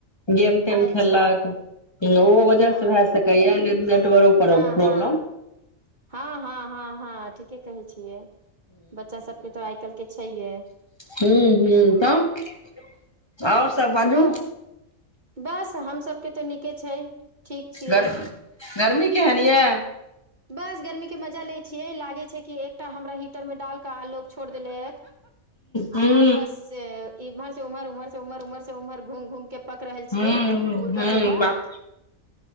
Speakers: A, on the left; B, on the right.
A: गेम तेम
B: अच्छा
A: खेललक ओहो वजह
B: हँ
A: से भए सकैया प्रॉब्लम
B: हँ हँ
A: <unintelligible>
B: हँ हँ हँ हँ ठीके क कहै छियै बच्चा सबके तो आइ काल्हि के छैहे
A: ह ह तब आओर सब बाजू
B: बस बस हम सबके तऽ नीके छै ठीक छियै
A: गर गर्मी केहन यऽ
B: बस गर्मी के मजा लै छियै लागे छै कि एकटा हमरा हीटर में डालक आग छोड़ देलै आ
A: हूँ
B: हम बस इमहर से उमहर उमहर से उमहर उमहर उमहर घम घम के पक रहल
A: हूँ
B: छियै
A: हूँ
B: मुर्गा
A: हूँ
B: जका
A: बात